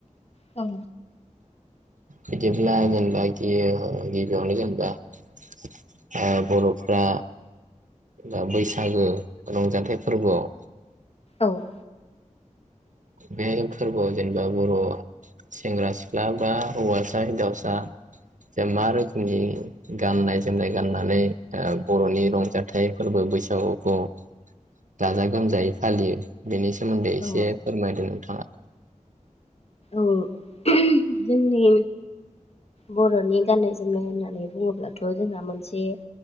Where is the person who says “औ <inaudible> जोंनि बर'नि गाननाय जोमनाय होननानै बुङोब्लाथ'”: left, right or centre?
Left